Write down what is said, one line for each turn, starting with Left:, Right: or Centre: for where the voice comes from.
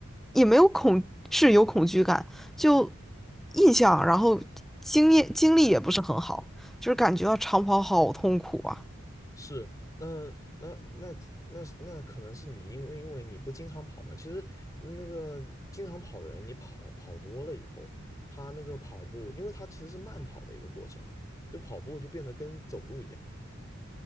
Centre: 也没有恐，是有恐惧感，就印象，然后经验经历也不是很好，就是感觉到长跑好痛苦啊
Left: 是，那那那那那可能是你因为因为你不经常跑嘛。其实那个经常跑的人，你跑跑多了以后，他那个跑步，因为他其实是慢跑的一个过程，就跑步就变得跟走路一样，